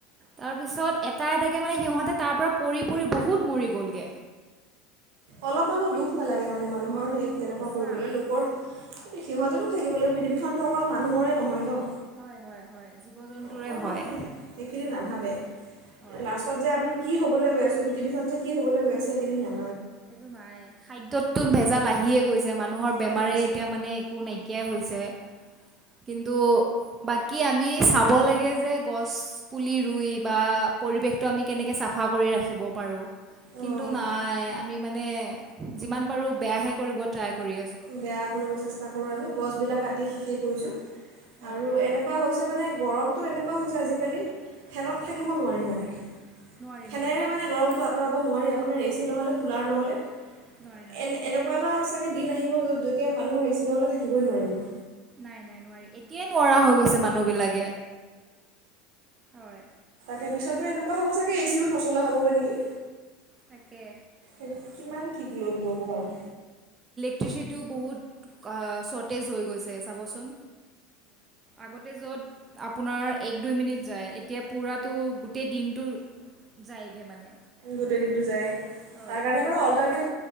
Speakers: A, on the right (about 25°); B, on the right (about 70°).
A: তাৰপিছত এটা এটা কে মানে সিহঁতে তাৰ পৰা পৰি পৰি বহুত মৰি গ'ল গে।
B: অলপমানো দুখ নালাগে মানে মানুহ ৰ সেই তেনেকুৱা
A: সঁচা
B: কৰিবলৈ লোকৰ সিহঁততো থাকিব লাগিব। পৃথিৱীখনতো অকল মানুহৰে নহয় ন।
A: হয়, হয়, হয়। জীৱ জন্তুৰে
B: অকমান
A: হয়
B: সেইখিনি নাভাবে। <unintelligible>
A: হয়
B: লাষ্টত যে আমি কি হ'বলৈ গৈ আছে, পৃথিৱীখন যে কি হ'বলৈ গৈ আছে, সেইদিন নাই
A: এইটো নাই খাদ্যততো ভেজাল লাহিয়ে গৈছে মাত মানুহৰ বেমাৰেই
B: আহি গৈছে
A: এতিয়া মানে একো নাইকিয়াই হৈছে, কিন্তু বাকী আমি চাব লাগে যে, গছ পুলি ৰুই বা পৰিৱেশটো আমি কেনেকৈ চাফা কৰি ৰাখিব পাৰোঁ। কিন্তু
B: অঁ
A: নাই মানে যিমান পাৰোঁ, বেয়াহে কৰিব ট্ৰাই কৰি আছোঁ
B: বেয়া কৰিব চেষ্টা কৰো আৰু গছ বিল বিলাক কাটি শেষেই কৰিছোঁ।
A: হয়
B: আৰু এনেকুৱা হৈছে মানে গৰমটো এনেকুৱা হৈছে আজিকালি ফেনত থাকিব নোৱাৰি মানে
A: নোৱাৰি
B: ফেনেৰে
A: নোৱাৰি নোৱাৰি
B: মানে গৰমটো আতৰাব নোৱাৰি আপোনাৰ এ চি নহ'লে কুলাৰ নহ'লে
A: নোৱাৰি
B: এ এনেকুৱা এটা আছে <unintelligible> নাহিব যেতিয়া মানুহৰ এ চি নহলে থাকিবই নোৱাৰিব।
A: নাই-নাই নোৱাৰি, এতিয়াই নোৱাৰা হৈ গৈছে মানুহ বিলাকে, হয়।
B: তাৰপিছতো এনেুকোৱা হব ছাগে এ চিও নচলা হ'বগৈ নেকি?
A: তাকে
B: এ <unintelligible> কিমান সঠিক ল'ড লব আৰু।
A: কতিচিটিও বহুত অ চৰ্টেজ হৈ গৈছে চাবচোন। আগতে য'ত আপোনাৰ এক দুই মিনিট যায় এতিয়া পুৰাতো গোটেই দিনতটো যায়গে মানে।
B: গোটেই দিনটো যায়,
A: হয়
B: তাৰ কাৰণে বাৰু অল্টাৰনেট